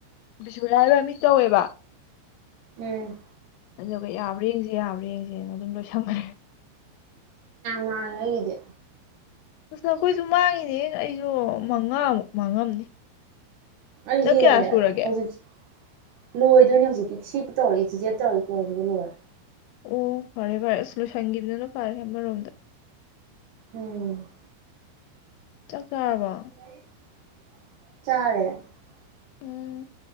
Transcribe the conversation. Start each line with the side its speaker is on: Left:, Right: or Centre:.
Left: ꯕꯤꯁꯨꯔꯥ ꯂꯃꯤꯡ ꯇꯧꯋꯦꯕ
Right: ꯎꯝ
Left: ꯑꯗꯨꯒ ꯌꯥꯕ꯭ꯔꯥ ꯌꯦꯡꯁꯦ ꯌꯥꯕ꯭ꯔꯥ ꯌꯦꯡꯁꯦꯅ ꯑꯗꯨꯝ ꯂꯣꯏꯁꯪꯈ꯭ꯔꯦ
Right: ꯃ ꯏꯗꯤ
Left: ꯑꯁ ꯑꯩꯈꯣꯏꯁꯨ ꯃꯥꯡꯉꯤꯅꯦ ꯑꯩꯁꯨ ꯃꯉꯥꯃꯨꯛ ꯃꯥꯡꯉꯝꯅꯤ
Right: ꯑꯩ
Left: ꯅꯪ
Right: ꯍꯦꯜꯂꯦ
Left: ꯀꯌꯥ ꯁꯨꯔꯒꯦ
Right: ꯍꯦꯖꯤꯛ ꯂꯣꯏꯗꯣꯏꯅꯦ ꯍꯧꯖꯤꯛꯀꯤ ꯁꯤ ꯇꯧꯔꯤ ꯆꯤꯆꯦ ꯇꯧꯔꯤ ꯀꯣꯜ ꯁꯤꯒ ꯂꯣꯏꯔꯦ꯫
Left: ꯑꯣ ꯐꯔꯦ - ꯐꯔꯦ ꯑꯁ ꯂꯣꯏꯁꯟꯈꯤꯕꯗꯨꯅ ꯐꯔꯦ ꯑꯃꯔꯣꯝꯗ꯫
Right: ꯎꯝ꯫
Left: ꯆꯥꯛ ꯆꯥꯔꯕꯣ?
Right: ꯆꯥꯔꯦ ꯫
Left: ꯎꯝ